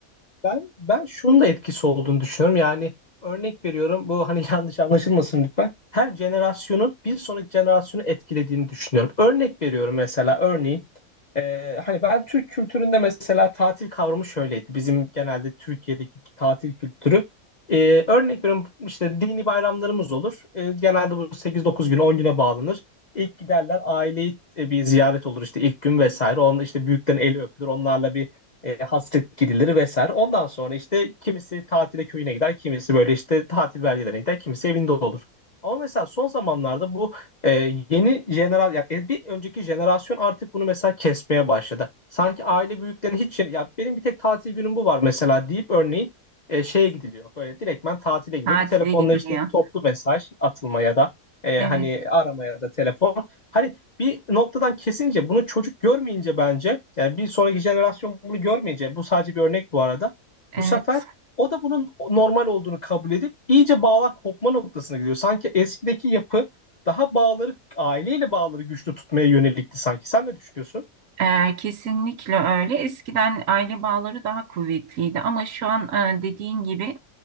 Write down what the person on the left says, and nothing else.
Ben ben şunun da etkisi olduğunu düşünüyorum. Yani örnek veriyorum bu hani <laughs> yanlış anlaşılmasın lütfen. Her jenerasyonun bir sonraki jenerasyonu etkilediğini düşünüyorum. Örnek veriyorum mesela örneğin e, hani ben Türk kültüründe mesela tatil kavramı şöyleydi. Bizim genelde Türkiye'deki tatil kültürü E, örnek veriyorum işte dini bayramlarımız olur. E, genelde bu sekiz dokuz gün 10 güne bağlanır. İlk giderler aileyi e, bir ziyaret olur işte ilk gün vesaire. Onda işte büyüklerin eli öpülür. Onlarla bir e, hasret gidiliri vesaire. Ondan sonra işte kimisi tatile köyüne gider, kimisi böyle işte tatil beldelerine gider, kimisi evinde olur. Ama mesela son zamanlarda bu e, yeni jeneral yani e, bir önceki jenerasyon artık bunu mesela kesmeye başladı. Sanki aile büyüklerinin hiç ya benim bir tek tatil günüm bu var mesela deyip örneğin e, şeye gidiliyor. Böyle direktmen tatile gidiyor.
Bir telefonla
işte toplu mesaj atılmaya da e,
hani aramaya da telefon. Hani bir noktadan kesince bunu çocuk görmeyince bence yani bir sonraki jenerasyon bunu görmeyince bu sadece bir örnek bu arada.
Bu sefer o da bunun normal olduğunu kabul edip iyice bağlar kopma noktasına gidiyor. Sanki eskideki yapı daha bağları aileyle bağları güçlü tutmaya yönelikti sanki. Sen ne düşünüyorsun?